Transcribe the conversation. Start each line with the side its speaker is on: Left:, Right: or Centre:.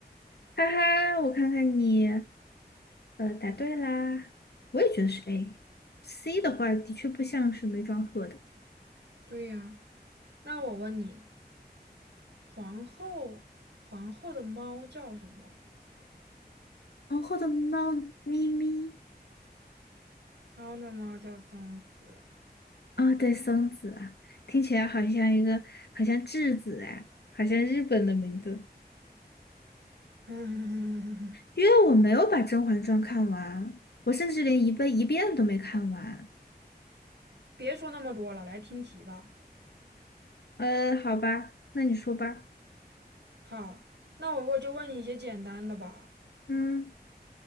Left: 哈哈，我看看你，呃，答对啦。我也觉得是 A。C 的话，的确不像是梅庄鹤的。
Right: 对呀，那我问你，皇后皇后的猫叫什么？
Left: 皇后的猫咪咪
Right: 皇后的猫叫松子。
Left: 啊，对，松子啊，听起来好像一个，好像质子哎，好像日本的名字。
Right: <laughs> 嗯，
Left: 因为我没有把《甄嬛传》看完，我甚至连一遍一遍都没看完。
Right: 别说那么多了，来听题吧。
Left: 呃，好吧，那你说吧。
Right: 好，那我我就问你一些简单的吧。
Left: 嗯，